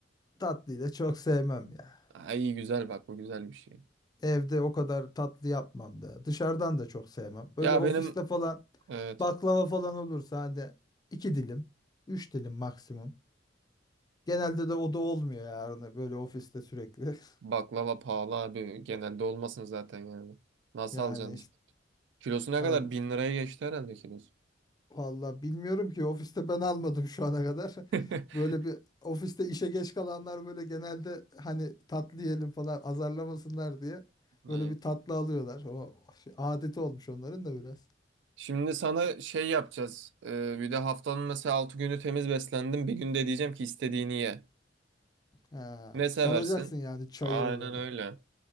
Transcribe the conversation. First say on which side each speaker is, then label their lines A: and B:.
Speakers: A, on the left; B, on the right.
A: Tatlıyı da çok sevmem ya.
B: Ay iyi güzel bak bu güzel bir şey.
A: Evde o kadar tatlı yapmam da. Dışarıdan da çok sevmem. Böyle
B: Ya
A: ofiste
B: benim
A: falan
B: evet
A: baklava falan olursa hani iki dilim, üç dilim maksimum. Genelde de o da olmuyor yani böyle ofiste sürekli. <laughs>
B: baklava pahalı abi genelde olmasın zaten yani. Nasıl
A: Yani
B: alacaksınız?
A: işte
B: Kilosu ne
A: al,
B: kadar? Bin liraya geçti herhalde kilosu.
A: valla bilmiyorum ki ofiste ben almadım şu ana kadar.
B: <laughs>
A: <laughs> Böyle bir ofiste işe geç kalanlar böyle genelde hani tatlı yiyelim falan azarlamasınlar diye
B: İyi.
A: böyle bir tatlı alıyorlar. O şey, adeti olmuş onların da biraz.
B: Şimdi sana şey yapacağız. Ee, bir de haftanın mesela 6 günü temiz beslendim. Bir günde diyeceğim ki istediğini ye.
A: Ha,
B: Ne seversin?
A: salacaksın yani çayıra
B: Aynen
A: beni.
B: öyle.